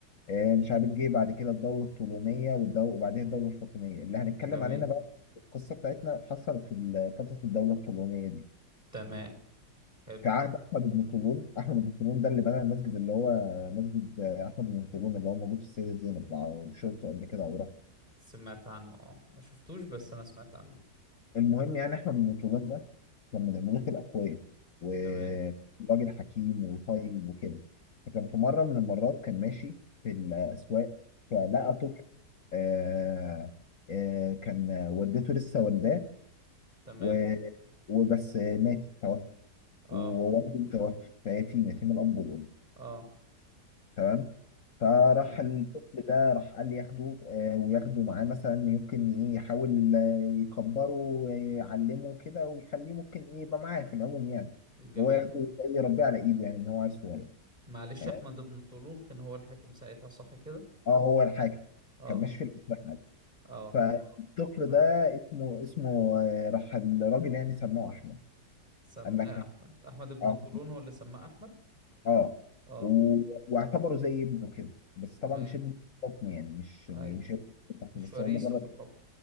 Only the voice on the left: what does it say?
آه، مش عارف جه بعد كده الدوله الطولونيه والدو... وبعدها الدوله الفاطميه اللي هنتكلم
علينا بقى القصه بتاعتنا حصلت في ال- فتره الدوله الطولونيه دي
في عهد احمد بن طولون احمد بن طولون ده اللي بنى المسجد اللي هو مسجد احمد بن طولون اللي هو موجود في السيده زينب على شرطه قبل كده او رحت
المهم يعني احمد بن طولون ده كان من الملوك الاقوياء وراجل
حكيم وطيب وكده فكان في مره من المرات كان ماشي في الاسواق فلقى
طفل آه آه كان والدته لسه والداه
و- وبس مات توفى
ووالده توفى فيتيم يتيم الاب والام
تمام فراح
الطفل ده راح قال لي ياخده آه، وياخده معاه مثلا يمكن ايه يحاول آه، يكبره ويعلمه كده ويخليه ممكن ايه يبقى معاه في العموم يعني
اللي هو ياخده زي يربيه على ايده يعني ان هو عيل صغير
تمام
اه هو الحاكم
كان ماشي في الاسبوع عادي
فالطفل
ده اسمه اسمه آه، راح الراجل يعني سموه احمد
قال لك
اه
اه
و- واعتبره زي ابنه كده بس طبعا
مش ابنه حكم يعني مش مش
هيبقى حكم،
بس
هو مجرد